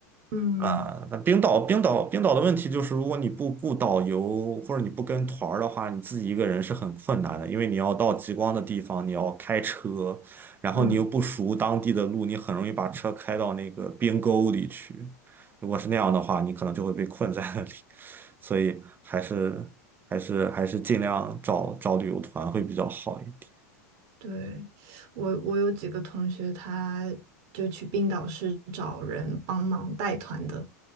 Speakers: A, on the right; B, on the right.
A: 嗯。
B: 啊，那冰岛，冰岛，冰岛的问题就是，如果你不雇导游或者你不跟团儿的话，你自己一个人是很困难的，因为你要到极光的地方，你要开车。然后你又不熟当地的路，
A: 嗯，
B: 你很容易把车开到那个边沟里去。如果是那样的话，你可能就会被困在那里。所以还是还是还是尽量找找旅游团会比较好一点。
A: 对，我我有几个同学，他就去冰岛是找人帮忙带团的，